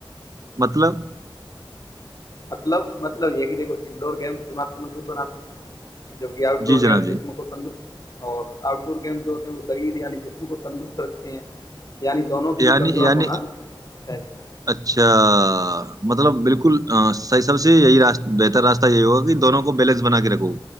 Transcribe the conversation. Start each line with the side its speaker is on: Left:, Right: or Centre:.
Right: مطلب
Left: مطلب مطلب یہ کہ دیکھو انڈور گیمس دماغ کو مضبوط بناتے ہیں جبکہ آؤٹ ڈور
Right: جی جناب
Left: گیم
Right: جی
Left: جس میں خ تندرست اور آؤٹ ڈور گیم جو ہوتے ہیں وہ شریر یعنی جسم کو تندرست رکھتے ہیں یعنی دونوں کے
Right: یعنی
Left: بیچ سنتولن
Right: یعنی
Left: ہونا چاہیے
Right: اچھا مطلب بالکل صیح سب سے یہیاست بہتر راستہ یہی ہوگا کہ دونوں کو بیلنس بنا کے رکھو